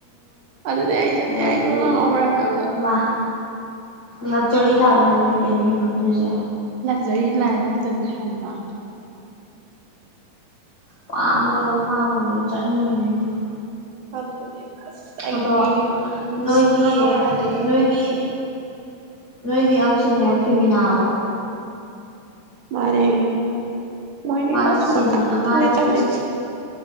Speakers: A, on the right (about 70°); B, on the left (about 50°).
A: ꯑꯗꯨꯗꯤ ꯑꯩꯁꯨꯅꯦ
B: ꯑꯗꯒꯤ
A: ꯑꯩꯁꯨ ꯉꯥꯡꯍꯧꯔꯦ ꯍꯥꯏꯕ꯫
B: ꯏꯃꯥ ꯂꯛꯖꯔꯤ ꯂꯥꯏꯄ ꯑꯃꯗꯥꯅꯤ ꯀꯩꯅꯣ ꯍꯤꯡꯉꯛꯇꯣꯏꯖꯦ꯫
A: ꯖꯔꯤ ꯂꯥꯏꯕ ꯑꯝꯗꯅꯦ ꯍꯥꯏꯕ꯫
B: ꯄꯥꯝꯃꯦ ꯀꯩꯗꯧ ꯄꯥꯝꯃꯣꯏꯗꯣꯏꯅꯣ ꯆꯠꯅꯤꯡꯉꯤꯅꯦ ꯑꯩꯁꯨ꯫
A: <unintelligible> ꯑꯁ ꯑꯩꯗꯤ
B: ꯑꯗꯣ
A: ꯏꯕꯦꯝꯃꯥ
B: ꯅꯣꯏꯒꯤ
A: ꯉꯥꯑꯣꯔꯥ ꯍꯜꯂꯛ
B: ꯅꯣꯏꯒꯤ
A: ꯑ꯫
B: ꯅꯣꯏꯒꯤ ꯑꯞ ꯁꯤꯅꯤꯌꯔ ꯐꯤꯃꯤꯅꯥꯗꯣ
A: ꯃꯥꯅꯦ꯫ ꯃꯣꯏꯗꯤ
B: ꯃꯥꯗꯤ
A: ꯑꯁ
B: ꯁꯦꯅꯤ
A: ꯃꯈꯜ ꯃꯈꯜ
B: ꯃꯥꯗꯤ
A: ꯅꯦ ꯆꯠꯂꯤꯁꯤ꯫